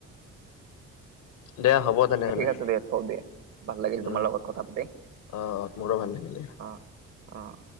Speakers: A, on the left; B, on the right.
A: দে হ'ব। তেনেহলে
B: ঠিক আছে দে, থওঁ দে। ভাল লাগিল
A: উম
B: তোমাল লগ কথা পাতি
A: অ মোৰো ভাল লাগিলে
B: অহ, অহ।